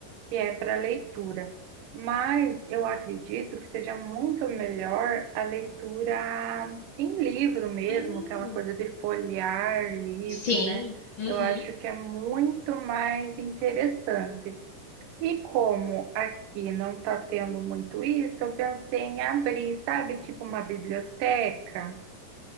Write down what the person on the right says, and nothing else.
que é para leitura. Mas eu acredito que seja muito melhor a leitura em livro mesmo,
aquela coisa de folhear livro,
né?
Eu acho que é muito mais interessante. E como aqui não está tendo muito isso, eu pensei em abrir, sabe, tipo uma biblioteca.